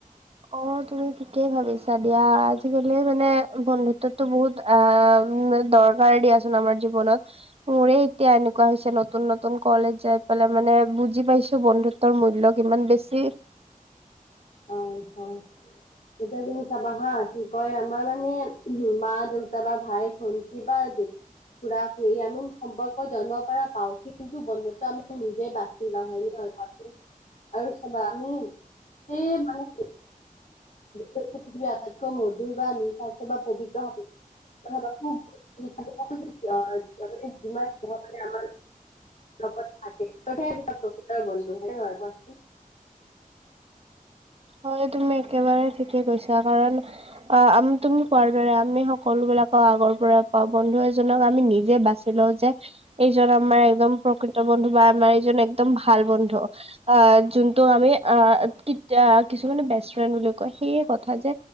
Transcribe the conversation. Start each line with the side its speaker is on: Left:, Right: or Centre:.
Right: অ', তুমি ঠিকেই ভাবিছা দিয়া, আজিকালি মানে বন্ধুত্বতো বহুত আ, দৰকাৰ দিয়াচোন আমাৰ জীৱনত। মোৰে এতিয়া এনেকুৱা হৈছে নতুন নতুন কলেজ যাই পেলাই মানে বুজি পাইছো বন্ধুত্ব ৰ মূল্য কিমান বেছি।
Left: হয় হয় এতিয়া তুমি চাবা হা কি কয় আমাৰ মানে মা দেউতা বা ভাই ভন্তি বা জেত খুৰা খুৰি আমি সম্পৰ্ক জন্মৰ পৰা পাও কিন্তু বন্ধত্ব আমি নিজে বাছি লোও হয় নে নহয় কোৱাচোন আৰু চাবা আমি সেই মানে কি পৃথৱীৰ আটাইতকৈ মধুৰ বা নিঃস্বাৰ্থ বা পবিত্ৰ <unintelligible> <inaudible> লগত থাকে ত সেয়া প্ৰকৃতৰ বন্ধু হয় নহয় কোৱাচোন
Right: হয় তুমি একেবাৰে ঠিকে কৈছা কাৰণ অ আমি তুমি কোৱাৰ দৰে আমি সকলো বিলাকক আগৰ পৰা পাওঁ বন্ধু এজনক আমি নিজে বাচ ছি লও যে এইজন আমাৰ একদম প্ৰকৃত বন্ধু বা আমাৰ এইজন একদম ভাল বন্ধু। আ যোনটো আমি আ কিত্তা কিছুমানে বেষ্ট ফ্ৰেণ্ড বুলিও কয় সেইয়ে কথা যে